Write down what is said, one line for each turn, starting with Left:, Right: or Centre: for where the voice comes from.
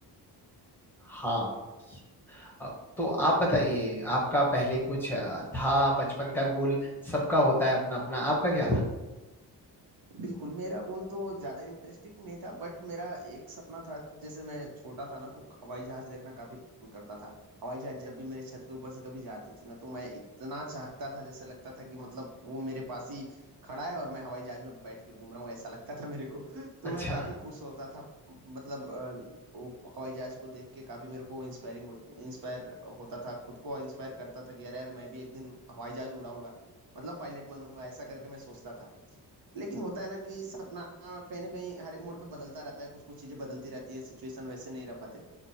Centre: हाँ अ, तो आप बताइए आपका पहले कुछ अ, था बचपन का गोल सबका होता है अपना अपना आपका क्या था
Right: बिल्कुल मेरा गोल तो ज्यादा इंटरेस्टिंग नहीं था बट मेरा एक सपना था जैसे मैं छोटा था ना तो हवाई जहाज देखना काफी पसंद करता था हवाई जहाज जब भी मेरे छत के ऊपर से कभी जाती थी ना तो मैं इतना चाहता था जैसे लगता था कि मतलब वो मेरे पास ही खड़ा है और मैं हवाई जहाज में बैठ के घूम रहा हूँ ऐसा लगता था मेरे को तो
Centre: अच्छा
Right: मैं काफी खुश होता था मतलब अ, वो हवाई जहाज को देख के काफी मेरे को इंस्पायरिंग हो, इंस्पायर होता था खुद को इंस्पायर करता था कि यार यार मैं भी एक दिन हवाई जहाज उड़ाऊंगा मतलब पायलट बनूंगा ऐसा करके मैं सोचता था लेकिन होता है ना कि सपना कहीं ना कहीं हर एक मोड़ पे बदलता रहता है कुछ कुछ चीजें बदलती रहती है सिचुएशन वैसे नहीं रह पाते